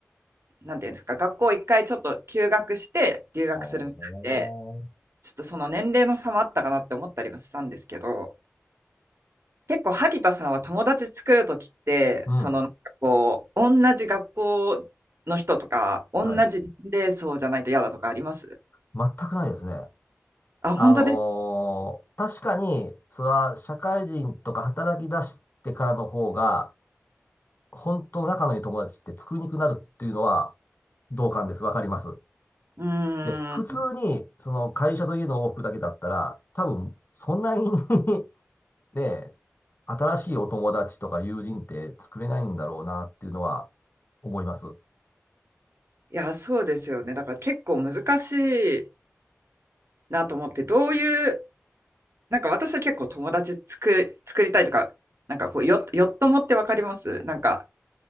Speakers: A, on the right; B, on the left.
A: なんていうんですか学校一回ちょっと休学して留学するみたいで
B: あー
A: ちょっとその年齢の差もあったかなって思ったりもしたんですけど結構萩田さんは友達作るときってそのなんかこう同じ学校の人とか同じ年齢層じゃないと嫌だとかあります
B: うん。はい。全くないですね。
A: あ本当で
B: あのー確かに、それは社会人とか働き出してからの方が、本当の仲のいい友達って作りにくくなるっていうのは同感です。わかります。
A: うーん
B: で、普通に、その会社と家の往復だけだったら、多分、そんなに <laughs> ね、新しいお友達とか友人って作れないんだろうなっていうのは思います。
A: いやそうですよねだから結構難しいなと思って、どういう、なんか私は結構友達作、作りたいとか、なんかこう、よ、よっともってわかりますなんか、